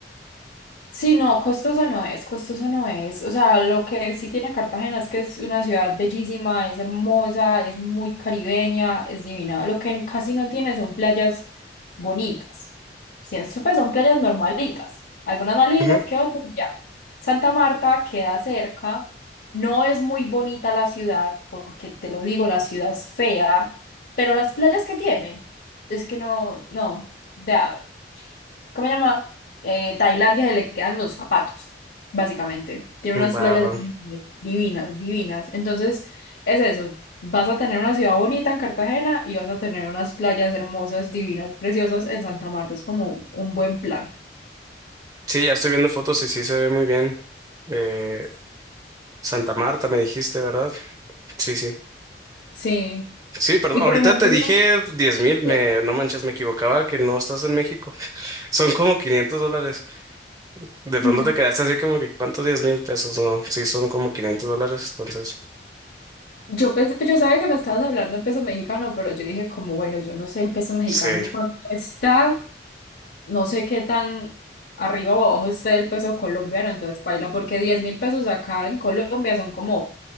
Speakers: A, on the left; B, on the right.
A: Sí, no, costoso no es, costoso no es. O sea, lo que sí tiene Cartagena es que es una ciudad bellísima, es hermosa, es muy caribeña, es divina. Lo que casi no tiene son playas bonitas. Sí, es- pues son playas normalitas, algunas más lindas
B: Ujú,
A: que otras y ya. Santa Marta queda cerca, no es muy bonita la ciudad, porque te lo digo, la ciudad es fea, pero las playas que tiene, es que no, no. Vea, ¿cómo se llama? Eh, Tailandia se le quedan los zapatos, básicamente. Tiene unas
B: Va,
A: playas
B: va.
A: de- divinas, divinas. Entonces, es eso. Vas a tener una ciudad bonita en Cartagena y vas a tener unas playas hermosas, divinas, preciosas en Santa Marta. Es como un buen plan.
B: Sí, ya estoy viendo fotos y sí se ve muy bien. Eh, Santa Marta me dijiste, ¿verdad? Sí, sí.
A: Sí.
B: Sí, perdón,
A: Y
B: ahorita
A: por ejemplo,
B: te dije diez mil, me,
A: que-
B: no manches, me equivocaba que no estás en México. Son como 500 dólares. De pronto
A: <laughs>
B: te quedaste así como que, ¿cuántos diez mil pesos? No, sí, son como quinientos dólares, entonces,
A: yo pensé, pues, yo sabía que me estabas hablando en peso mexicano, pero yo dije como, bueno, yo no sé el peso mexicano
B: sí,
A: en cuánto está. no sé qué tan arriba o abajo esté el peso colombiano, entonces paila, porque diez mil pesos acá en Colombia son como